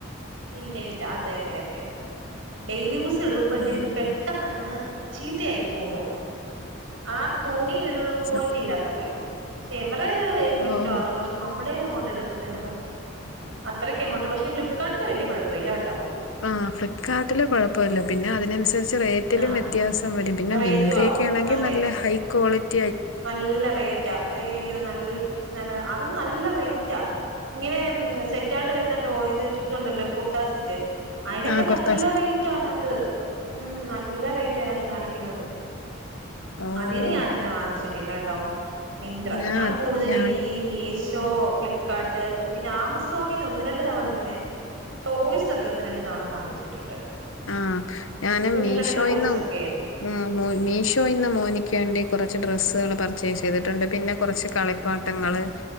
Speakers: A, on the right; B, on the left.
A: ഇല്ല ഇല്ല അതെ അതെ അതെ അതെ ഡെയിലി യൂസ് ഇടുമ്പോഴത്തേക്ക്
B: ഉം
A: ഇത് പെട്ടെന്ന് അങ്ങ് ചീത്തയായി പോവുന്നു ആ തുണി ഒരു ക്വാളിറ്റി
B: സ
A: ഇല്ലാത്ത പോലെ പക്ഷേ എവർ റേത് എനിക്കിഷ്ടവാണ
B: ഓഹ്
A: പഷേ നമ്മ ടേത് അങ്ങോട്ട് എടുക്കുന്ന തൊന്നും അത്രയ്ക്കെങ്ങോട്ട് പക്ഷെ ഫ്ലിപ്കാർട്ടില് വല്ല്യ കൊഴപ്പില്ലകേട്ടോ
B: ആ ഫ്ലിപ്കാർട്ടില് കൊഴപ്പല്ല പിന്നെ അതിനനുസരിച്ച് റേറ്റിലും
A: ആഹ്
B: വ്യത്യാസം വരും പിന്നെ
A: റേറ്റും
B: മിന്ത്രയൊക്കെ
A: ആവും
B: ആണെങ്കി
A: അതെ
B: ൽ നല്ല
A: അതെ
B: ഹൈക്വാളിറ്റി
A: നല്ല റേറ്റാ അയ്യോ ന നല്ല അതും നല്ല റേറ്റാ ഇങ്ങനെ സെറ്റായിട്ട് വരുന്ന ട്ടോ ഇത് ഇതുണ്ടല്ലോ കുർത്താ സെറ്റ് അയിനൊക്കെ
B: ആഹ്
A: നല്ല
B: കുർത്താ സെറ്റ്
A: റേറ്റ് ആനത്ത്‌ ഉല്ല നല്ല റേറ്റ ആണ് അത് കാണിക്കുന്നത്
B: ഓഹ്
A: അതിന്ന് ഞാൻ അങ്ങനെ വാങ്ങിച്ചിട്ടില്ല കേട്ടോ! മിന്ത്ര
B: ഞാ
A: ഞാൻ കൂടുതലും
B: ഞാൻ
A: ഈ മീശ് - ട്ടോ ഫ്ലിപ്പ്കാർട്ട് പിന്നെ ആമസോണീന്ന് ഒന്ന് രണ്ട് തവണ ഇങ്ങനെ ടോയ്സ് ഒക്കെ ഒന്ന് രണ്ടു തവണ വാങ്ങിച്ചിട്ടുണ്ട്.
B: ആ ഞാനും
A: കുഞ്ഞുങ്ങളുടെ
B: മീഷോയിന്ന്
A: ടോയ്സ് ഒക്കെ
B: ഉം മീഷോയിന്ന് മോനിക്കേണ്ടി- കുറച്ച് ഡ്രെസ്സുകള് പർച്ചേസ് ചെയ്തിട്ടുണ്ട് പിന്നെ കുറച്ച് കളിപ്പാട്ടങ്ങള്